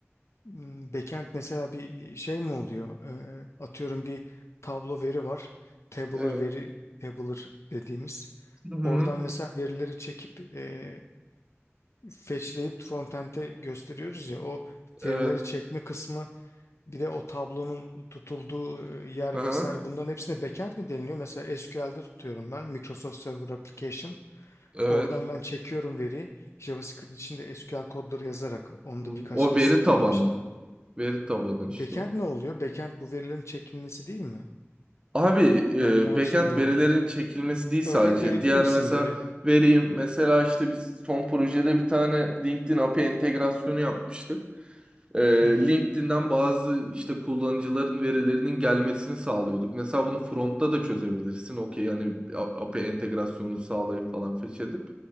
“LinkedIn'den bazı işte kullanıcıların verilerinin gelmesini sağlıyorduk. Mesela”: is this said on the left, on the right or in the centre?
Right